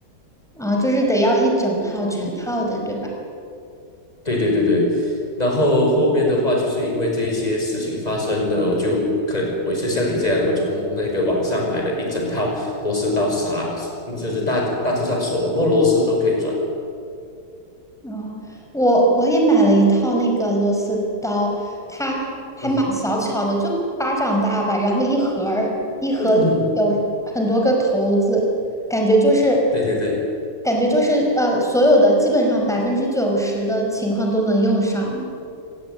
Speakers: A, in the centre; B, on the left.
A: 啊，就是得要一整套全套的，
B: 嗯，
A: 对吧？
B: 对对对对。然后后面的话，就是因为这一些事情发生的，我就可我也是像你这样，我从那个网上买了一整套螺丝刀啥，就是大大致上什么螺丝都可以转。
A: 哦，我我也买了一套那个螺丝刀，它还蛮小巧的，
B: 嗯哼
A: 就巴掌大吧，然后一盒儿一盒有很多个头子，
B: 嗯哼，
A: 感觉就是
B: 对对对。
A: 感觉就是呃，所有的基本上百分之九十的情况都能用上